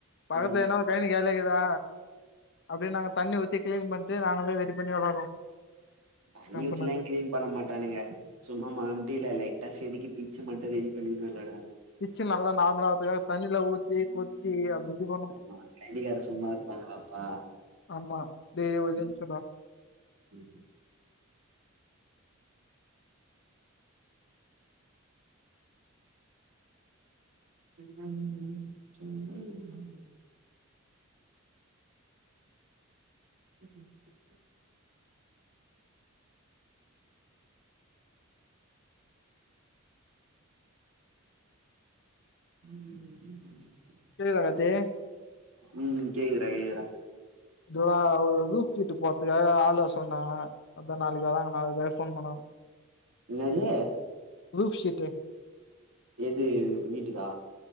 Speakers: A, on the left; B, on the right.
A: பக்கத்துல
B: ம்
A: ஏனாவ ஒரு கைனி கலியாக்குதா அப்டியே நாங்க தண்ணி ஊத்தி கிளீன் பன்னிட்டு நாங்களே ரெடி பண்ணி விளாடுவோ
B: தண்ணி
A: கேம்ப்
B: ஊத்தி எல்லா
A: நட்டு
B: கிளீன் பண்ண மாட்டானுங்க சும்மா மாம்டில லைட்டா சேதிக்கி பீச்சு மட்டு ரெடி பண்ணி விளாடுவானங்க
A: பிச்சு நல்லா நார்மளாத்துக்க தண்ணியில ஊத்தி கொத்தி அப்டி இப்டி பண்ணுவோ
B: ம் கைனிகாரன் சும்மா இருப்பாங்களாப்பா
A: ஆமா டேய் இரு ஒரியொரு நிம்ஷோட
B: ம் <unintelligible> <unintelligible> <inaudible>
A: கேக்குதா கார்த்தி
B: ம் ம் கேக்குதுற கேக்குதுற
A: இல்லடா ஒரு ருப்சிட்டு போற்த்துக்க ஆள வர்சொன்னா அதா நாளைக்கி வாறாங்க நாளைக்கி வேற ஃபோன் பண்ணனு
B: என்னது
A: ருஃப்சிட்டு
B: எது வீட்டுக்கா